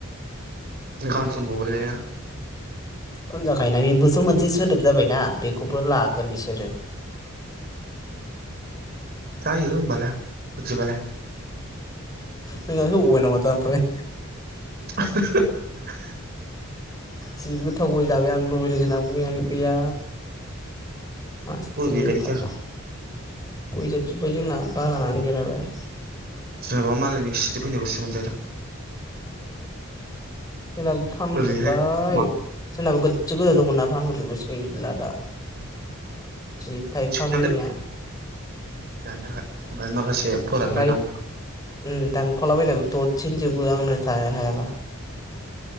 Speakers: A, on the right; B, on the left.
A: गान खनबावबायले
B: खुन जाखायोना बेबोथ' मोनसे सोदोब जाबायना। बेखौबो लागोन बिसोरो। <inaudible>
A: जायो होमबालाय। बिदिबालाय।
B: नोङो होबावनाय नामा दा ओमफ्राय।
A: <unintelligible>
B: जि गोथाव गय जाबाय आं लुबैदोंसो ना <unintelligible> गैया। मासथिनि
A: गैलायै
B: गथआ
A: जाखो
B: गयजो ओमफ्राय जोंना बागानानो गैया नालाय।
A: जोनाबा मालायनि सिरि फैनायखोसो मोनजादों।
B: जोंनाबो फानजोब्बाय
A: ओरैहाय मा
B: जोंनाबो गोजौ गोजा दंमोन नाम फानहरजोबबायसो गैला दा। जि थाइफांनिया।
A: थिनानै जानो थाखाय ओमफाय माखासे फोराननाय
B: ओमफाय
A: दं
B: ओम दान खावलाबायनायबो ददसेनो जोबो आंनो थाया हायाबा।